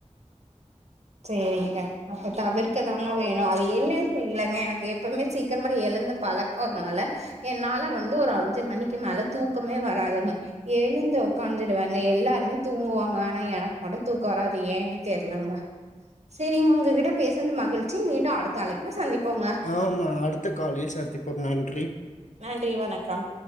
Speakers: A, on the right (about 65°); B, on the left (about 85°).
A: சேரிங்க அப்ப தவிர்க்கதாங்க வேணு அது என்னன்னு தெரியலங்க எனக்கு எப்பவுமே சீக்கிரமா எழுந்து பழக் அதனால என்னால வந்து ஒரு அஞ்சு மணிக்கு மேல தூக்கமே வராதுங்க எழுந்து உக்காந்துடுவேங்க எல்லாருமே தூங்குவாங்க ஆனா எனக்கு மட்டு தூக்கோ வராது ஏனே தெர்லங்க செரிங்க உங்ககிட்ட பேசினது மகிழ்ச்சி மீண்டு அடுத்த அழப்புல சந்திப்போங்க
B: ஆமா அடுத்த காலில் சந்திப்போம் நன்றி
A: நன்றி வணக்கம்